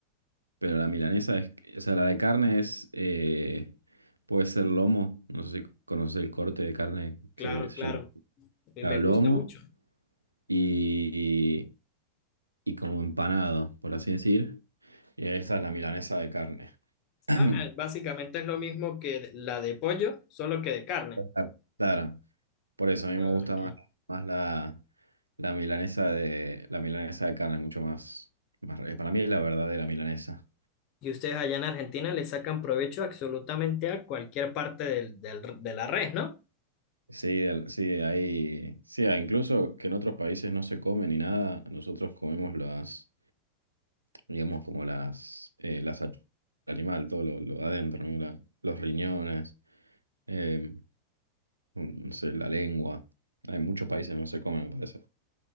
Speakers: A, on the right (about 85°); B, on the left (about 40°).
A: Pero la milanesa es, o sea, la de carne es, eh, puede ser lomo, no sé si conoces el corte de carne
B: Claro,
A: que se
B: claro,
A: llama
B: y
A: claro,
B: me
A: lomo
B: gusta mucho.
A: y, y como empanado, por así decir. Y esta es la milanesa de carne. <clears throat> <laughs>
B: Ah, básicamente es lo mismo que la de pollo, solo que de carne.
A: Claro. Claro, por eso a mí
B: Ah,
A: me gusta
B: ok.
A: más, más la, la milanesa de la milanesa de carne, es mucho más, más re- para mí es la verdadera milanesa.
B: Y ustedes allá en Argentina le sacan provecho absolutamente a cualquier parte del- del- de la res, ¿no?
A: Sí, al- sí, ahí, sí, ah, incluso que en otros países no se come ni nada, nosotros comemos las, digamos como las, eh, las ach- animal, todo lo, lo de adentro, ¿no? La- los riñones, eh, no sé, la lengua. En muchos países no se come, me parece.